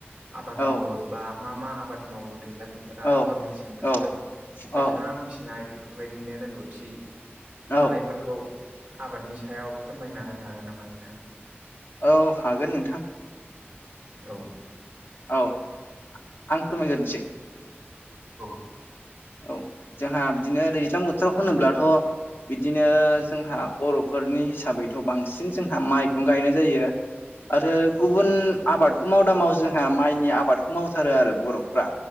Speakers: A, on the right (about 25°); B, on the left (about 55°).
A: आबाद
B: औ
A: मावो। बा मा मा आबाद मावो दैज्लां बोथोराव
B: औ
A: बा मेसें बोथोराव
B: औ
A: नोंथाङा
B: औ
A: मिथि नाय बेफोरबायदिनो रोंगौथि थानायफोरखौ
B: औ
A: आबादनि सायाव फोरमायना होनो हागोन नामा नोंथां?
B: औ हागोन नोंथां
A: औ
B: औ आं फोरमायग्रोनोसै।
A: औ
B: औ जोंहा बिदिनो दैज्लां बोथोराव होनोब्लाथ' बिदिनो जोंहा बर'फोरनि हिसाबैथ' बांसिन जोंहा माइखौनो गायनाय जायो। आरो गुबुन आबाद माव दामाव जोंहा माइनि आबादखौ मावथारो आरो बर'फ्रा